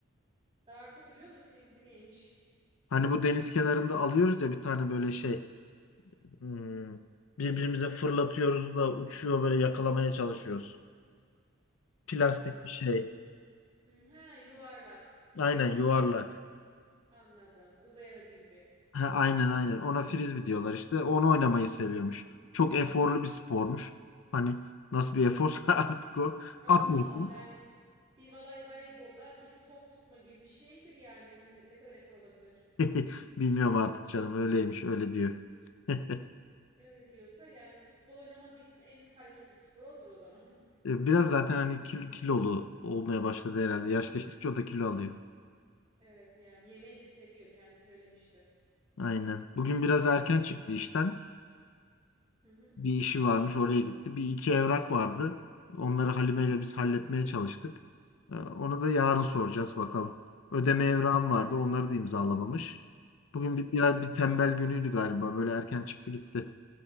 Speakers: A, on the right; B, on the left.
A: dartı biliyorum da frisbee neymiş?
B: Hani bu deniz kenarında alıyoruz ya bir tane böyle şey. Hmm, birbirimize fırlatıyoruz da uçuyor böyle yakalamaya çalışıyoruz. Plastik
A: Allahım.
B: bir şey.
A: Hı, ha yuvarlak.
B: Aynen yuvarlak.
A: Anladım. Uzay aracı gibi.
B: Ha, aynen aynen. Ona frisbee diyorlar işte. Onu oynamayı seviyormuş. Çok eforlu bir spormuş. Hani nasıl bir eforsa <laughs> artık o.
A: Allah
B: Atıyorsun.
A: Allah yani bir voley- voleybolda gibi top tutma gibi bir şeydir yani ne, ne kadar efor olabilir?
B: <laughs> Bilmiyorum artık canım. Öyleymiş, öyle diyor. <laughs>
A: Öyle diyorsa yani futbol oynamadığı için en hareketli spor odur o zaman. <laughs>
B: E, Biraz zaten hani kil- kilolu olmaya başladı herhalde. Yaş geçtikçe o da kilo alıyor.
A: Evet yani yemeği de seviyor kendi söylemişti.
B: Aynen. Bugün biraz erken çıktı işten.
A: Hı hı.
B: bir işi varmış oraya gitti. Bir iki evrak vardı. Onları Halime ile biz halletmeye çalıştık. Ee, Ona da yarın soracağız bakalım. Ödeme evrağım vardı. Onları da imzalamamış. Bugün
A: Hmm,
B: bir, biraz bir tembel günüydü galiba. Böyle erken çıktı gitti.